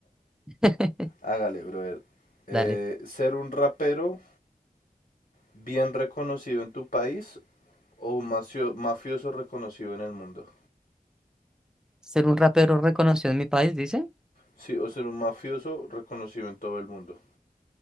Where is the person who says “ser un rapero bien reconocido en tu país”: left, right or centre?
Left